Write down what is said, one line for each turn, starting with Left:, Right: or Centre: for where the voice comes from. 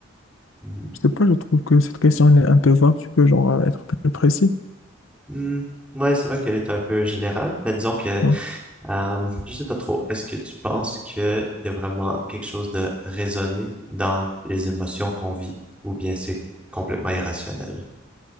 Centre: Hmm.
Left: Je sais pas, je trouve que cette question elle est un peu vague, tu peux genre être plus précis.
Centre: Hmm. Ouais, c'est vrai qu'elle est un peu générale, mais disons que
Left: Ouais.
Centre: Euh, je sais pas trop. Est-ce que tu penses qu'il y a vraiment quelque chose de raisonné dans les émotions qu'on vit, ou bien c'est complètement irrationnel?